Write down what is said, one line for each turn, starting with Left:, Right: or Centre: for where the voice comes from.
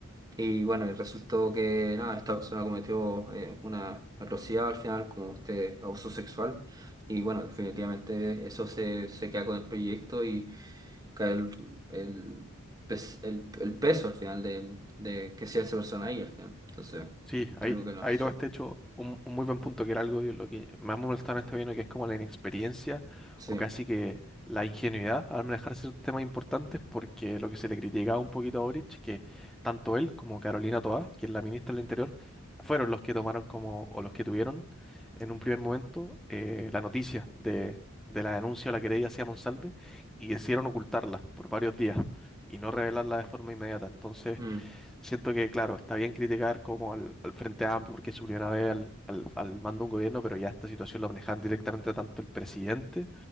Right: y bueno, y resultó que nada, esta persona cometió eh, una atrocidad al final, como este abuso sexual. Y bueno, definitivamente eso se, se queda con el proyecto y cae el, el, pes- el, el peso al final de, de que sea esa persona ahí al final. Entonces,
Centre: Sí, ahí,
Right: algo que no
Centre: ahí
Right: es cierto.
Centre: todo este hecho un, un muy buen punto, que era algo de lo que más me molestaba en este gobierno, que es como la inexperiencia
Right: Sí,
Centre: o casi que la ingenuidad al manejar ciertos temas importantes, porque lo que se le criticaba un poquito a Boric, que tanto él como Carolina Toá, que es la ministra del Interior, fueron los que tomaron como, o los que tuvieron en un primer momento eh, la noticia de, de la denuncia o la querella hacia Monsalve y decidieron ocultarla por varios días y no revelarla de forma inmediata. Entonces,
Right: mm,
Centre: Siento que, claro, está bien criticar como al, al Frente Amplio porque es su primera vez al, al, al mando de un gobierno, pero ya esta situación la manejan directamente tanto el presidente